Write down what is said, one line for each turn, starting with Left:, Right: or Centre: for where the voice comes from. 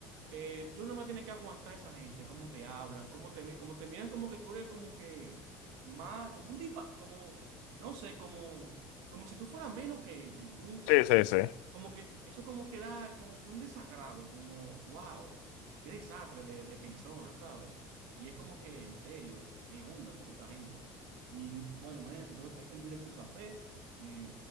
Right: eh, tú nomás tienes que aguantar a esa gente, cómo te hablan, cómo te, mi- cómo te miran, como que tú eres como que más, como un dipa, como, no sé, como, como si tú fueras menos que ellos. Y tú,
Left: Sí, sí, sí.
Right: como que t- eso como que da, como que un desagrado, como, wow, qué desastre de, de persona, ¿sabes? Y es como que, en serio, qué onda con esta gente. Y bueno, imagínate, tuve que servirle su café y